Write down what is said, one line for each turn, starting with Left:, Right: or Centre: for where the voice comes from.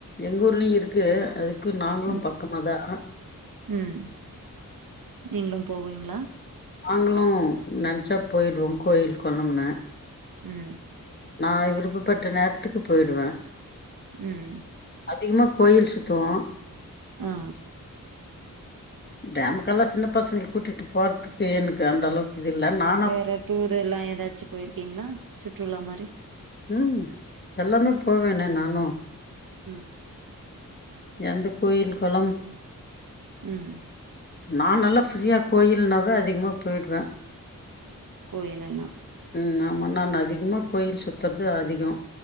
Left: எங்க ஊர்லயு இருக்கு அதுக்கு நாங்களு
Right: ம்
Left: பக்கமாதா
Right: ம் நீங்களும் போவீங்களா
Left: நாங்களு நென்ச்சா போயிடுவோ கோயில் கொளம்னு
Right: ம்
Left: நா விருப்பப்பட்ட நேரத்துக்கு போய்டுவே
Right: ம்
Left: அதிகமா கோயில் சுத்துவோ
Right: ஆ
Left: டேமுக்கல்லா சின்ன பசங்கல கூட்டிட்டு போறதுக்கு எனக்கு அந்த அளவுக் கிதுல்லன்னா
Right: வேற டூர் எல்லா எதாச்சு போயிருக்கீங்களா சுற்றுலா மாரி
Left: ம் எல்லாமே போவேனே நானு
Right: ம்
Left: எந்த கோயில் கொளம்
Right: ம்
Left: நா நல்லா ஃப்ரீயா கோயில்னாவே அதிகமா போய்டுவே
Right: கோயிலுனா
Left: ம் ஆமா நான் அதிகமா கோயில் சுத்தற்து அதிகோ